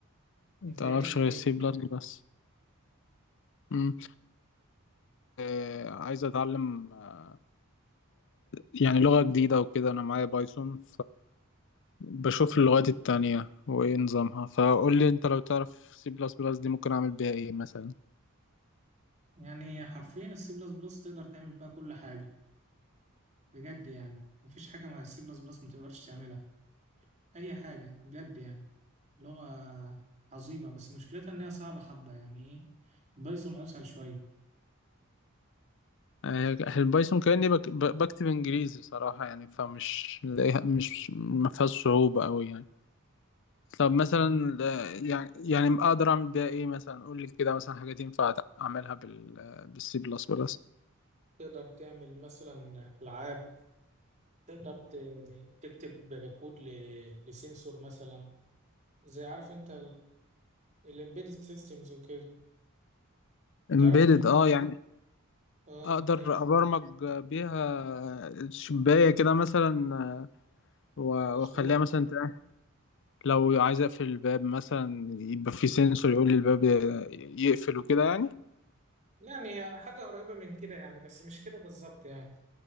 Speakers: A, on the left; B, on the right.
A: متعرفش
B: انت ايه دنيتك
A: غير السي بلس بس مم. آه، عايز اتعلم آه، يعني لغة جديدة وكده انا معايا بايثون فبشوف اللغات التانية وايه نظامها فقول لي انت لو تعرف سي بلس بلس دي ممكن اعمل بيها ايه مثلا
B: يعني حرفيا السي بلس بلس تقدر تعمل بقى كل حاجة بجد يعني مفيش حاجة مع السي بلس بلس متقدرش تعملها أي حاجة بجد يعني لغة عظيمة بس مشكلتها إن هي صعبة حبة يعني ايه بايثون أسهل شوية
A: آه، البايثون كأني بك- ب- بكتب انجليزي صراحة يعني فمش لاقيها- مش ما فيهاش صعوبة قوي يعني طب مثلا
B: مم.
A: آه، يعني يعني اقدر اعمل بيها ايه مثلا قول لي كده مثلا حاجات ينفع اعملها بال بالسي بلس بلس
B: تقدر تعمل مثلا ألعاب تقدر ت- تكتب كود ل- لسنسور مثلا زي عارف انت الامبيدد سيستمز وكده
A: امبيدد
B: تعرف تكتب
A: اه يعني
B: اه
A: اقدر
B: ايوه
A: ابرمج بيها شباية كده مثلا آه، و-
B: مظبوط
A: واخليها مثلا تق- لو عايز اقفل الباب مثلا يبقى في سنسور يقول لي الباب ي- يقفل وكده يعني
B: يعني هي حاجة قريبة من كده يعني بس مش كده بالظبط يعني